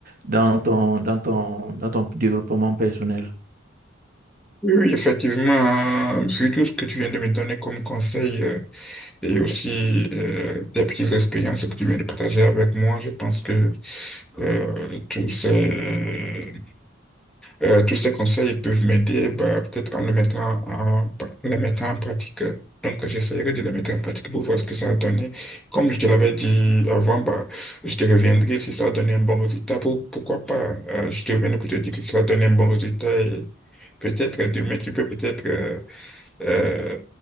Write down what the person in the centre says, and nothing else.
Oui, oui, effectivement, euh, vu tout ce que tu viens de me donner comme conseil euh, et aussi euh, tes petites expériences que tu viens de partager avec moi, je pense que euh, tous ces Euh, tous ces conseils peuvent m'aider, bah, peut-être en le mettant en, en les mettant en pratique. Donc, j'essaierai de les mettre en pratique pour voir ce que ça a donné. Comme je te l'avais dit avant, bah, je te reviendrai si ça a donné un bon résultat. Pour, pourquoi pas? Euh, je te reviendrai pour te dire que ça a donné un bon résultat et peut-être demain, tu peux peut-être euh, euh,